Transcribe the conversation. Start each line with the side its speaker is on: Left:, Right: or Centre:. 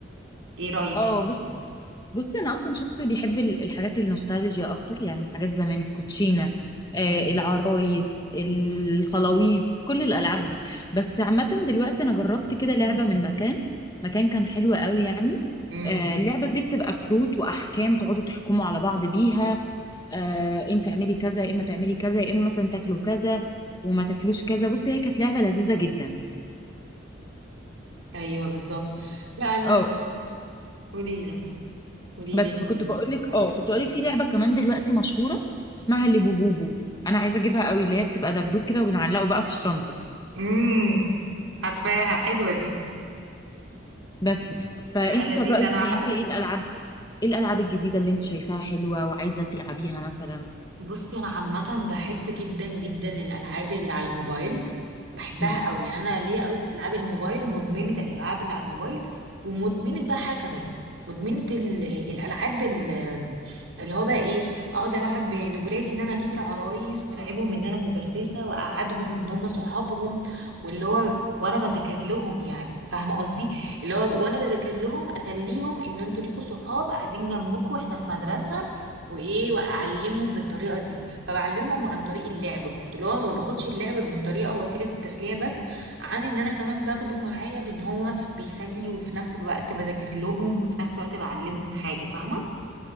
Right: ايه رايك
Left: اه
Right: فيها
Left: بص بصي أنا أصلا شخص بيحب ال- الحاجات النوستالجيا أكتر يعني حاجات زمان الكوتشينة آه،
Right: امم
Left: العرايس الخلاويص كل الألعاب دي بس عامة دلوقتي أنا جربت كده لعبة من مكان مكان كان حلو قوي يعني
Right: أمم.
Left: آه، اللعبة دي بتبقى كروت وأحكام تقعدوا تحكموا على بعض بيها آه انت تعملي كذا يا اما تعملي كذا يا اما مثلا تاكلوا كذا وما تاكلوش كذا بصي هي كانت لعبه لذيذه جدا
Right: ايوه بالظبط لا انا
Left: اه
Right: قولي لي قولي
Left: بس
Right: لي
Left: فكنت
Right: إنتي
Left: بقول لك
Right: عشان
Left: اه كنت
Right: ايه
Left: بقول لك في لعبه كمان دلوقتي مشهوره اسمها اللي بوبوبو انا عايزه اجيبها قوي اللي هي بتبقى دبدوب كده وبنعلقه بقى في الشنطه
Right: امم عارفاها حلوه دي
Left: بس فانت
Right: لا لذيذ
Left: طب رايك
Right: انا عامه
Left: ايه انت ايه الالعاب ايه الالعاب الجديده اللي انت شايفاها حلوه وعايزه تلعبيها مثلا
Right: بصي انا عامه بحب جدا جدا الالعاب اللي على الموبايل بحبها
Left: مم.
Right: قوي يعني انا ليا قوي في العاب الموبايل مدمنه الالعاب اللي على الموبايل ومدمنه بقى حاجه كمان مدمنه ال- الالعاب ال- اللي هو بقى ايه اقعد العب لولادي ان انا اجيب العرايس والعبهم ان انا مدرسه واقعدهم ان هم صحابهم واللي هو وانا بذاكر لهم يعني فاهمه قصدي اللي هو وانا بذاكر لهم اسليهم ان انتوا ليكوا صحاب قاعدين جنبكم واحنا في مدرسه وايه واعلمهم بالطريقه دي فبعلمهم عن طريق اللعب برضو اللي هو ما باخدش اللعب من طريقه وسيله التسليه بس عن ان انا كمان باخده معايا بان هو بيسلي وفي نفس الوقت بذاكر لهم وفي نفس الوقت بعلمهم حاجه فاهمه